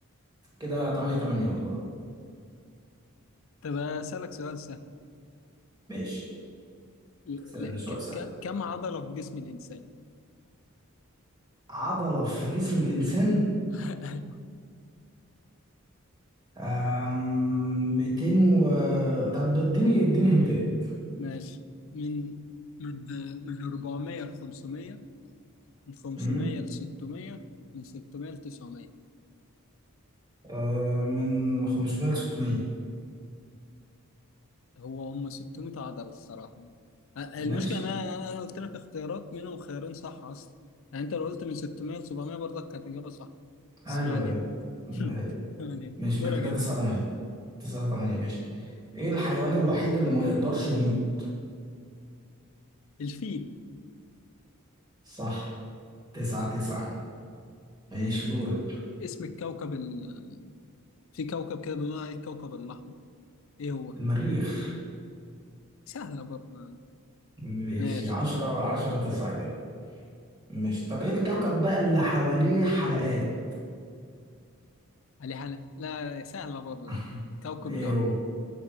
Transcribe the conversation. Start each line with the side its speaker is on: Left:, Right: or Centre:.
Right: كده تمانية تمانية دورك
Left: طب اسالك سؤال سهل
Right: ماشي
Left: ل-
Right: سألني
Left: ل-
Right: سؤال
Left: ك-
Right: سهل
Left: ك- كم عضلة في جسم الانسان
Right: عضلة في جسم الإنسان
Left: <laughs>
Right: أم، 200 و طب اديني اديني هنتات
Left: ماشي من من من 400 ل 500 من 500
Right: أمم.
Left: ل 600 من 600 ل 900
Right: أه، من 500 ل 600
Left: هو هم 600 عضلة الصراحة يعني أ- المشكلة
Right: ماشي
Left: إن أنا أنا قلت لك اختيارات منهم خيارين صح أصلا يعني أنت لو قلت من 600 ل 700 برضك كانت إجابة صح بس
Right: ايوه
Left: ما علينا
Right: ايوه
Left: <laughs>
Right: هي
Left: ما علينا
Right: ماشي
Left: دورك
Right: يبقى كده
Left: أنت
Right: 9 8 9 8 ماشي ايه الحيوان الوحيد اللي ما يقدرش ينط
Left: الفيل
Right: صح 9 9 ماشي دورك
Left: اسم الكوكب ال... في كوكب كده بنقول عليه الكوكب الأحمر إيه هو؟
Right: المريخ
Left: سهلة برضه
Right: ماشي
Left: ماشي
Right: 10 10 9 كده ماشي طب ايه الكوكب بقى اللي حواليه حلقات
Left: علي حلق لا سهلة برضه
Right: <laughs>
Left: دي كوكب
Right: ايه
Left: زهر
Right: هو